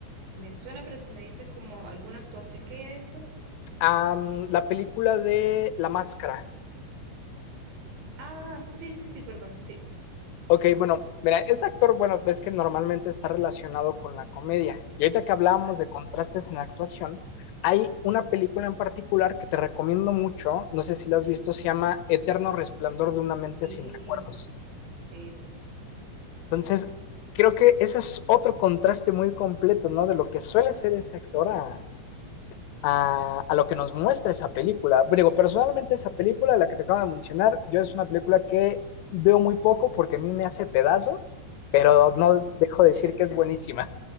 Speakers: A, on the right; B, on the left.
A: me suena, pero si me dices como alguna actuación que haya hecho.
B: Um, la película de La Máscara.
A: Ah, sí, sí, sí, perdón, sí.
B: Ok, bueno, mira, este actor, bueno, ves que normalmente está relacionado con la comedia. Y ahorita que hablábamos
A: Claro.
B: de contrastes en la actuación, hay una película en particular que te recomiendo mucho, no sé si la has visto, se llama Eterno Resplandor de una mente
A: Sí,
B: sin recuerdos.
A: sí, sí,
B: Entonces, creo que ese es otro contraste muy completo, ¿no? De lo que suele ser ese actor a, a, a lo que nos muestra esa película. Digo, personalmente esa película, la que te acabo de mencionar, yo es una película que veo muy poco porque a mí me hace pedazos, pero
A: sí.
B: no dejo de decir
A: <laughs>
B: que es buenísima.